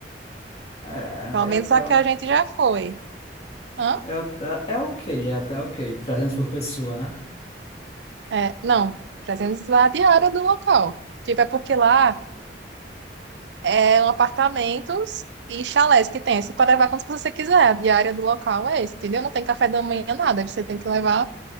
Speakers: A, on the left (about 35°); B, on the right (about 75°).
A: É,
B: Pelo
A: é
B: menos
A: até,
B: a
A: o-
B: que a gente já foi. Hã?
A: é, o- é ok, é até ok. 300 por pessoa, né?
B: É, não, 300 a diária do local. Tipo, é porque lá. É um apartamentos e chalés que tem. Você pode levar quanto você quiser. A diária do local é esse, entendeu? Não tem café da manhã, nada. Aí Você tem que levar.